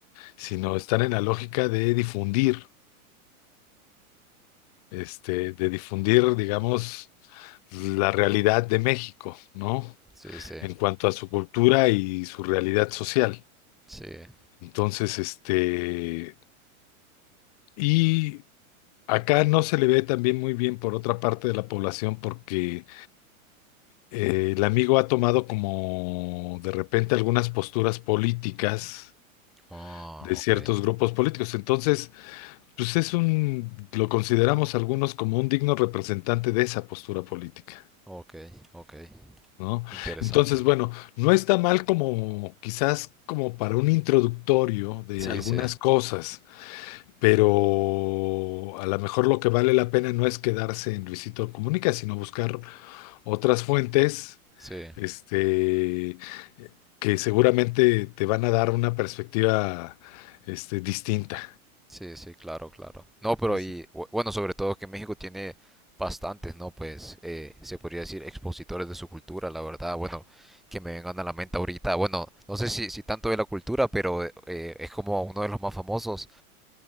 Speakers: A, on the left; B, in the centre.
A: sino están en la lógica de difundir, este, de difundir, digamos, la realidad de México, ¿no?
B: sí, sí,
A: En cuanto a su cultura y su realidad social.
B: sí.
A: Entonces, este, y acá no se le ve también muy bien por otra parte de la población porque eh, el amigo ha tomado como de repente algunas posturas políticas
B: Ah,
A: de
B: ok,
A: ciertos grupos políticos. Entonces, pues es un, lo consideramos algunos como un digno representante de esa postura política,
B: ok, ok.
A: ¿no?
B: Interesante.
A: Entonces, bueno, no está mal como quizás como para un introductorio de
B: Sí,
A: algunas
B: sí,
A: cosas. Pero a lo mejor lo que vale la pena no es quedarse en Luisito Comunica, sino buscar otras fuentes,
B: sí,
A: este, que seguramente te van a dar una perspectiva, este, distinta.
B: sí, sí, claro, claro. No, pero
A: Sí,
B: y
A: sí,
B: bu- bueno, sobre todo que México tiene bastantes, ¿no? Pues eh, se podría decir expositores de su cultura, la verdad. Bueno, que me vengan a la mente ahorita. Bueno, no sé si, si tanto de la cultura, pero eh, es como uno de los más famosos.